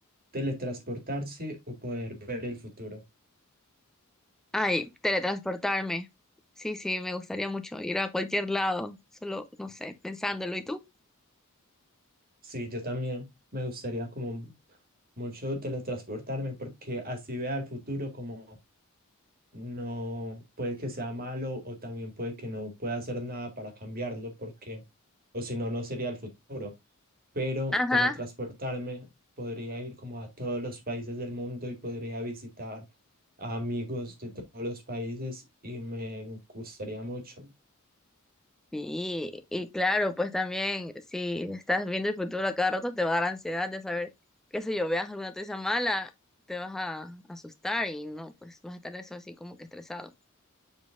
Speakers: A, on the right; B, in the centre.
A: teletransportarse o poder ver el futuro.
B: Ay, teletransportarme. Sí, sí, me gustaría mucho ir a cualquier lado, solo, no sé, pensándolo. ¿Y tú?
A: Sí, yo también me gustaría como mucho teletransportarme porque así vea el futuro como no puede que sea malo o también puede que no pueda hacer nada para cambiarlo porque o si no, no sería el futuro. Pero
B: Ajá.
A: teletransportarme podría ir como a todos los países del mundo y podría visitar a amigos de todos los países y me gustaría mucho.
B: Sí, y claro, pues también si estás viendo el futuro a cada rato te va a dar ansiedad de saber, qué sé yo, veas alguna noticia mala, te vas a asustar y no, pues vas a estar eso así como que estresado.